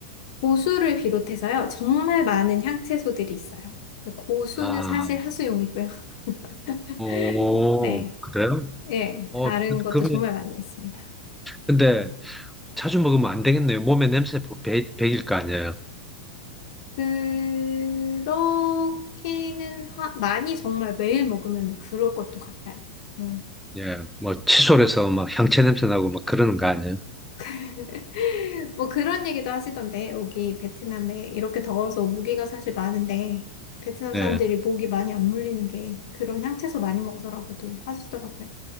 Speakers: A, on the left; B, in the centre.
A: 고수를 비롯해서요, 정말 많은 향채소들이 있어요. 고수는
B: 아,
A: 사실 하수용이고요. <laughs>
B: 오,
A: 네,
B: 그래요?
A: 예,
B: 어,
A: 다른
B: 그-
A: 것도
B: 그러면
A: 정말 많이 있습니다.
B: 근데 자주 먹으면 안 되겠네요. 몸에 냄새 뭐 배, 배길 거 아니에요.
A: 그렇게는 하- 많이 정말 매일 먹으면 그럴 것도 같아요. 음.
B: 예, 뭐 칫솔 에서 막 향채 냄새 나고 막 그러는 거 아니에요.
A: <laughs> 뭐 그런 얘기도 하시던데, 여기 베트남에 이렇게 더워서 모기가 사실 많은데, 베트남
B: 예.
A: 사람들이 모기 많이 안 물리는 게 그런 향채소 많이 먹어서라고도 하시더라고요.